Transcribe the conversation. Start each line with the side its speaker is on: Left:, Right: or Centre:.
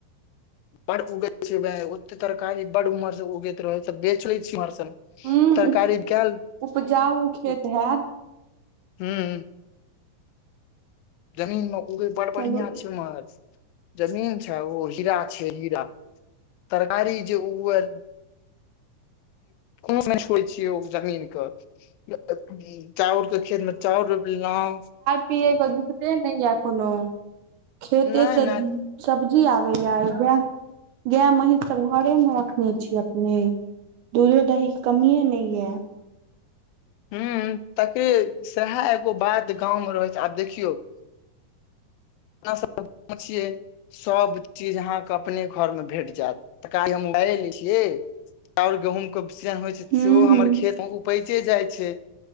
Left: बड उगै छै ओते तरकारी बड उमहर से उगैत रहै बेचले छी इमहरसन
Right: हूं
Left: तरकारी केल
Right: उपजाउ खेत
Left: हुं
Right: हैत
Left: जमीन म क बड़ बढ़िआं
Right: चलू
Left: छै मर जमीन छै ओ हीरा छी हीरा तरकारी जे ओ कोनो नहि छोड़ै छियै ओ जमीन के य चाउल के खेत में चाउल रोप लहु
Right: पियए के दुखते नहि या कोनो खेते
Left: नहि
Right: से
Left: नहि
Right: सब्जी आबैया ग गाय महींष सब घरेमे रखने छी अपने दूधो दहि कमी ह नहिए
Left: ह ताकि सएह एगो बात गाँव में रहै छै आब देखियौ ना छियै सभ चीज अहाँके अपने घरमे भेट जायत छैाउर गहूॅं के सीजन होइ छै
Right: हूं
Left: सेहो
Right: हूं
Left: हमर खेत मे पैचे जाइ छै